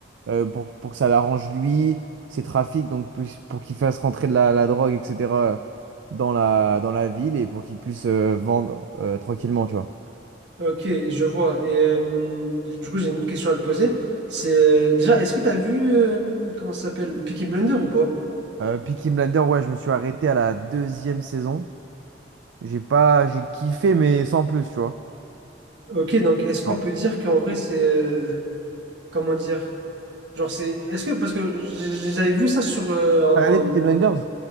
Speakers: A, on the right; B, on the right.
A: euh, pour, pour que ça l'arrange lui, ses trafics, donc plus- pour qu'il fasse rentrer de la, la drogue, etc. dans la, dans la ville et pour qu'il puisse euh, vendre euh, tranquillement, tu vois.
B: Ok, je vois. Et euh, du coup, j'ai une autre question à te poser. C'est euh, déjà, est-ce que tu as vu, euh, comment ça s'appelle, Peaky Blinders ou pas?
A: Euh, Peaky Blinders, ouais, je me suis arrêté à la deuxième saison. J'ai pas, j'ai kiffé, mais sans plus, tu vois.
B: Ok, donc est-ce qu'on
A: Alors,
B: peut dire qu'en vrai, c'est. euh, comment dire? Genre, c'est. Est-ce que. Parce que j'- j'avais vu ça sur euh,
A: T'as regardé Peaky Blinders?